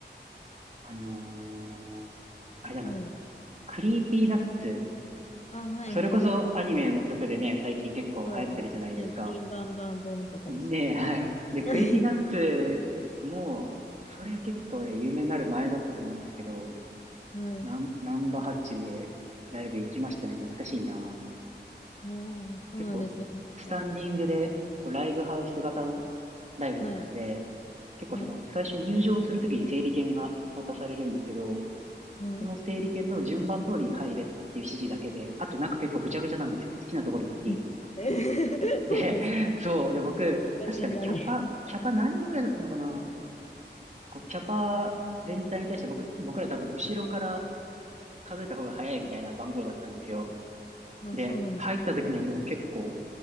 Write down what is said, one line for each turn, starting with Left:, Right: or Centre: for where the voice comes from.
Right: あのーあれだな。
Left: はい。
Right: クリーピーナッツ。
Left: あ、はい、
Right: それこそアニメの曲でね、
Left: はい。
Right: 最近結構流行ってるじゃないですか。
Left: そうですね。プリンバンバンボンとかでしたっけ
Right: ねえ、はい。で、クリーピーナッツも、
Left: <laughs>
Right: それは結構ね、有名になる前だったと思うんですけど、
Left: はい。
Right: ナン、ナンバハッチでライブ行きましたね。懐かしいな。
Left: ああ、そうなんですね。
Right: 結構、スタンディングで、
Left: なんか、
Right: こう、ライブハウス型のライブだったんで、
Left: はい、
Right: 結構その、
Left: はい、
Right: 最初入場するときに整理券が渡されるんですけど、
Left: はい。
Right: その整理券の順番通りに入れっていう指示だけで、あと中結構ぐちゃぐちゃなんですよ。好きなところに行っていいみたいな。
Left: ええ <laughs> そうなんです。
Right: で、<laughs> そう。で、僕、
Left: 大変だね。
Right: 確かね、キャパ、キャパ何人ぐらいだったのかなこう、キャパ全体に対して僕、僕ら多分後ろから数えた方が早いみたいな番号だったんですよ。
Left: <laughs> あ、
Right: で、
Left: そうなんですね。
Right: 入った時にはもう結構